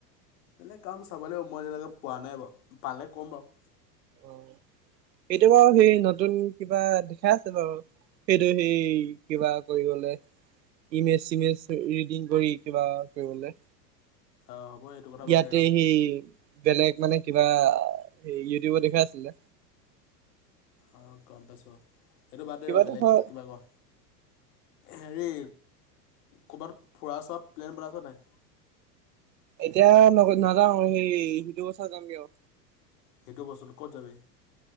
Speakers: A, on the left; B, on the right.
A: বলে কাম চাব লাগিব মই যেনেকে পোৱা নাই বাৰু পালে ক'ম বাৰু'।
B: অ 'এইটো বাৰু সেই নতুন কিবা দেখাই আছে বাৰু,। সেইটো সেই কিবা কৰিব গলে'। ইমেজ, চিমেজ ৰিডিং কৰি। কিবা কৰিবলে'।
A: অঁ হ'ব এইটো কথা
B: ইয়াতে
A: বাদ দে ৰ
B: সেই বেলেগ মানে কিবা সেই ইউটিউবত দেখা আছিলে,।
A: অ 'গম পাইছো,। সেইটো বাদ দেই
B: কিবা
A: ৰ
B: এটা
A: বেলেগ
B: হয়
A: কিবা ক হেৰি কৰ'বাত ফুৰা চোৱা প্লেন বনাইছ নাই?
B: এতিয়া ন নাযাওঁ সেই সিটো বছৰ যামগে আৰু,।
A: সেইটো বচোন ক'ত যাবি'।